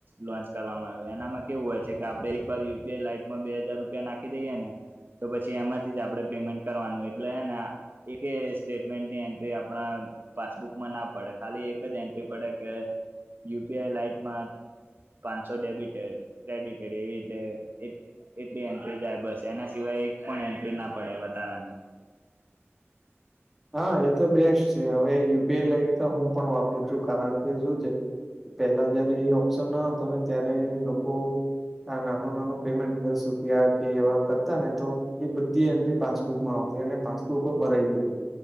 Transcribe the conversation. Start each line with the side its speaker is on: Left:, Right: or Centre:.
Right: લોન્ચ કરવામાં આવે એનામાં કેવું હોય છે કે આપડે એક વાર યુપીઆઈ લાાઈટમાં બે હજાર રૂપિયા નાખી દઈએ ને તો પછી એમાંથી જ આપણે પેમેન્ટ કરવાનું એટલેને એકે સ્ટેટમેન્ટની એન્ટ્રી આપણા પાસબુકમાં ના પડે ખાલી એક જ એન્ટ્રી પડે કે યુપીઆઈ લાઈટમાં પાંચસો ડેબિટ ક્રેડિટે એવી રીતે એટલી એન્ટ્રી જાય બસ એના સિવાય એક પણ એન્ટ્રી ના પડે વધારાની
Centre: હા એ તો બેસ્ટ છે હવે યુપીઆઈ લાઈટ તો હું પણ વાપરું છું કારણ કે શું છે પેલા જયારે એ ઓપ્શન ના હતો ને ત્યારે લોકો નાનું નાનું પેમેન્ટ દસ રૂપિયા કે એવા કરતા ને તો એ બધી એન્ટ્રી પાસબુકમાં આવતી અને પાસબુકો ભરાઈ ગઈ હતી.